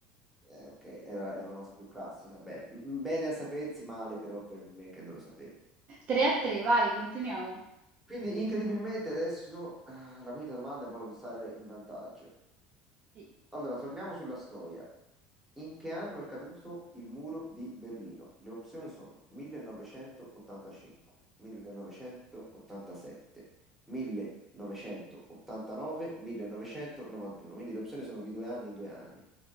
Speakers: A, in the centre; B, on the right (about 45°).
A: eh, ok, era, era una cosa più classica. Bene, M- bene a sapersi, male però per me che non lo sapevo.
B: 3 a 3, vai, continuiamo.
A: Quindi incredibilmente adesso ah, la quinta domanda è proprio per stare in vantaggio.
B: Sì.
A: Allora, torniamo sulla storia. In che anno è caduto il muro di Berlino? Le opzioni sono 1985, 1987, 1989, 1991. Quindi le opzioni sono di due anni in due anni,